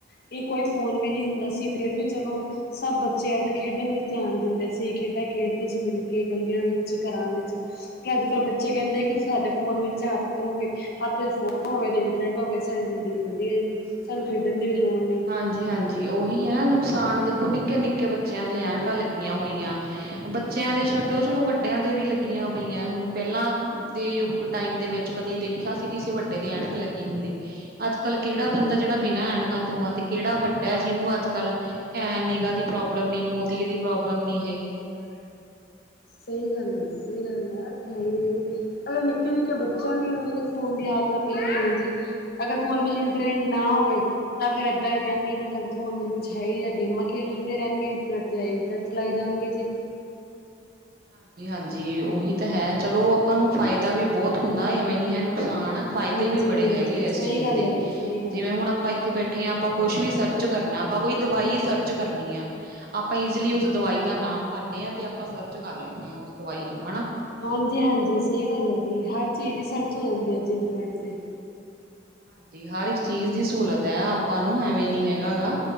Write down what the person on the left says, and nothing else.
ਕਿ ਕੋਈ ਫੋਨ ਵੀ ਨਹੀਂ ਹੁੰਦਾ ਸੀ ਫੇਿਰ ਵੀ ਚਲੋ ਸਭ ਬੱਚੇ ਆਪ ਤਾਂ ਖੇਡਣ ਵਿੱਚ ਧਿਆਨ ਦਿੰਦੇ ਸੀ ਖੇਡਾਂ ਖੇਡਦੇ ਸੀ ਮਿਲ ਕੇ ਗਲੀਆਂ ਵਿੱਚ ਘਰਾਂ ਵਿੱਚ ਪਰ ਅੱਜ ਕੱਲ੍ਹ ਬੱਚੇ ਕਹਿੰਦੇ ਕਿ ਸਾਡੇ ਫੋਨ ਵਿੱਚ ਹੱਥ ਹੋਵੇ ਹੱਥ ਵਿੱਚ ਫੋਨ ਹੋਵੇ ਟਰੇਂਡ ਹੋਵੇ ਸਾਡੀ ਜ਼ਿੰਦਗੀ ਵਧੀਆ ਜੀ ਸਾਨੂੰ ਖੇਡਣ ਦੀ ਵੀ ਲੋੜ ਨਹੀਂ
ਸਹੀ ਗੱਲ ਹੈ ਜੀ ਸਹੀ ਗੱਲ ਹੈ ਹੈ ਜ ਅਹ ਨਿਕੇ ਨਿੱਕੇ ਬੱਚਿਆਂ ਨੂੰ ਵੀ ਮੈਂ ਕਦੇ ਫੋਨ ਦੀ ਆਦਤਾਂ ਪਈਆਂ ਹੋੁੰਦੀਆਂ ਜੀ ਅਗਰ ਫੋਨ ਵਿੱਚ ਇੰਟਰੈਂਟ ਨਾ ਹੋਵੇ ਤਾਂ ਫੇਿਰ ਇੱਦਾਂ ਕਹਿਣਗੇ ਕਿ ਸਾਡੇ ਫੋਨ ਵਿੱਚ ਕੁਛ ਹੈ ਹੀ ਹੈ ਗੇਮਾਂ ਖੇਡਦੇ ਰਹਿਣਗੇ ਇੰਟਰਨੈਟ ਤੇ ਇੰਟਰ ਚਲਾਈ ਜਾਣਗੇ ਜੀ
ਹਾਂਜੀ
ਹਾਂਜੀ
ਸਹੀ
ਗੱਲ
ਹੈ ਜੀ ਸਹੀ ਗੱਲ
ਹੈ
ਹਾਂਜੀ ਹਾਂਜੀ ਸਹੀ ਗੱਲ ਹੈ ਜੀ ਹਰ ਚੀਜ਼ ਦੀ ਸਰਚ ਹੋ ਜਾਂਦੀ ਹੈੱ ਜੀ ਇੰਟਰਨੈੱਟ 'ਤੇ